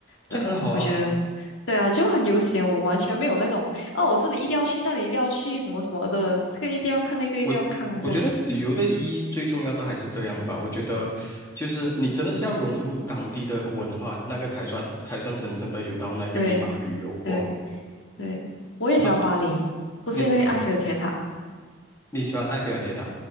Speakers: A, on the left (about 85°); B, on the left (about 15°).
A: 对，
B: 这样很好啊。
A: 我觉得，对啊，就很悠闲，我完全没有那种哦，我这里一定要去，那里一定要去，什么什么的，这个一定要看，那个一定要看这样。
B: 我我觉得旅游的意义最重要的还是这样吧。我觉得，就是你真的是要融入当地的文化，那个才算才算真正的有到那个地方旅游过。
A: 对，对，对，我也喜欢巴黎，
B: 然后
A: 不是因为埃菲尔铁塔，
B: 你喜欢巴黎，你喜欢埃菲尔铁塔，